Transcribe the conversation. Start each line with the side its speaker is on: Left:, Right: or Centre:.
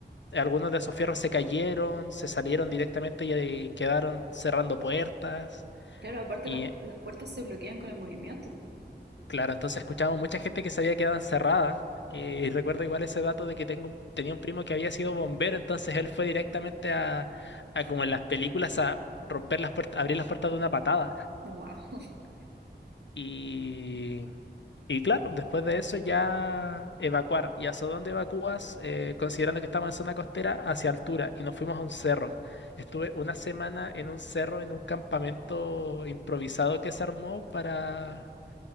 Left: Algunos de esos fierros se cayeron, se salieron directamente y eh, quedaron cerrando puertas.
Right: Claro, aparte
Left: Y
Right: las,
Left: eh,
Right: las puertas se bloquean con el movimiento.
Left: claro, entonces escuchábamos mucha gente que se había quedado encerrada. Eh, y recuerdo igual ese dato de que tengo, un- tenía un primo que había sido bombero, entonces él fue directamente a, a como en las películas, a romper las puertas, abrir las puertas de una patada.
Right: Wow. <laughs>
Left: Y, y claro, después de eso ya evacuar. ¿Y hacia dónde evacúas? Eh, considerando que estamos en zona costera, hacia altura. Y nos fuimos a un cerro. Estuve una semana en un cerro, en un campamento improvisado que se armó para